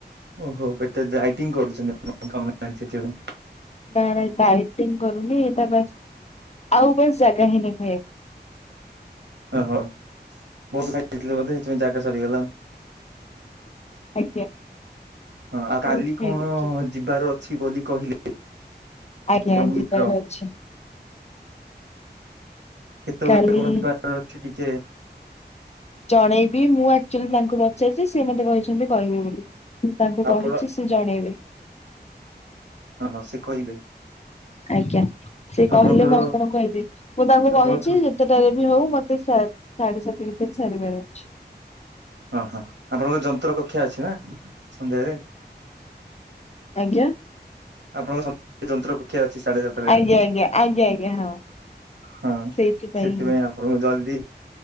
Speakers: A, on the right; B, on the left.
A: ଓହୋ ଏତେ ଡାଇଟିଙ୍ଗ କରୁଛନ୍ତି ଖାଉ ନାହାନ୍ତି ଥିବ
B: ନା ନା ଡାଇଟିଙ୍ଗ କରୁନି ଏଇଟା ବାସ୍, ଆଉ ବସ୍ ଜାଗା ହିଁନି ଖାଇବା ପାଇଁ
A: ଓହୋ, ବହୁତ ଖାଇାଦେଇଥିଲେ ବୋଧେ ସେଥିପାଇଁ ଜାଗା ସରିଗଲା।
B: ଆଜ୍ଞା।
A: ହଁ ଆଉ କାଲି
B: ମୁଁ ଖାଇ
A: କଣ
B: ଦେଇଛି
A: ଅ ଯିବାର ଅଛି ବୋଲି କହିଲେ?
B: ଆଜ୍ଞା
A: ଆପଣଙ୍କ ମିତ୍ର
B: ଯିବାର ଅଛି।
A: କେତେବେଳେ
B: କାଲି
A: କଣ ଯିବାର ଅଛି ଟିକେ
B: ଜଣେଇବି ମୁଁ ଆକ୍ଚଲି ତାଙ୍କୁ ପଚାଇଛି, ସେ ମତେ କହିଛନ୍ତି କହିବେ ବୋଲି ମୁଁ ତାଙ୍କୁ
A: ଆପଣ
B: କହିଛି ସି ଜଣେଇବି।
A: ହଁ, ହଁ, ସେ କହିବେ।
B: ଆଜ୍ଞା ସେ କହିଲେ
A: ଆପଣଙ୍କର
B: ମୁଁ ଆପଣ କହିବି? ମୁଁ ତାଙ୍କୁ
A: ଆପଣଙ୍କ
B: କହିଛି। ତେଟାରେ ବି ହଉ ମତେ ସା ସାଢେ ସାତ ଭିତରେ ସାରିବାର ଅଛି।
A: ଅଁ ହ ଆପଣଙ୍କ ଯନ୍ତ୍ର କକ୍ଷା ଅଛି ନା ସନ୍ଧ୍ୟାରେ।
B: ଆଜ୍ଞା।
A: ଆପଣଙ୍କ <inaudible> ଯନ୍ତ୍ର କକ୍ଷା ଅଛି ସାଢେ ସାତଟାରେ।
B: ଆଜ୍ଞା ଆଜ୍ଞା, ଆଜ୍ଞା, ହଁ।
A: ହଁ
B: ସେଇଥିପାଇଁ
A: ସେଥିପାଇଁ ଆପ୍ ଓ ଜଲ୍ଦି